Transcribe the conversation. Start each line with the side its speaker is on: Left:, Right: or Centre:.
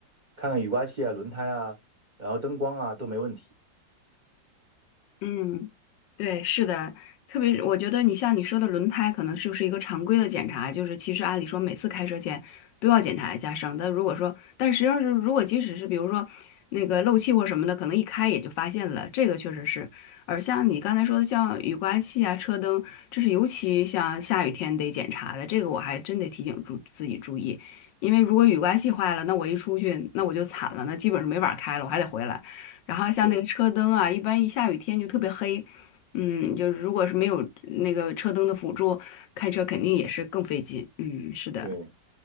Right: 看看雨刮器啊、轮胎啊，然后灯光啊都没问题。
Left: 嗯，对，是的，特别是我觉得你像你说的轮胎，可能就是一个常规的检查，就是其实按理说每次开车前都要检查一下，省得如果说，但实际上是如果即使是比如说那个漏气或什么的，可能一开也就发现了，这个确实是。而像你刚才说的，像雨刮器啊、车灯，这是尤其像下雨天得检查的，这个我还真得提醒注自己注意，因为如果雨刮器坏了，那我一出去那我就惨了，那基本是没法开了，我还得回来。然后像那个车灯啊，
Right: 对
Left: 一般一下雨天就特别黑，嗯，就是如果是没有那个车灯的辅助，开车肯定也是更费劲。嗯，是的。
Right: 对。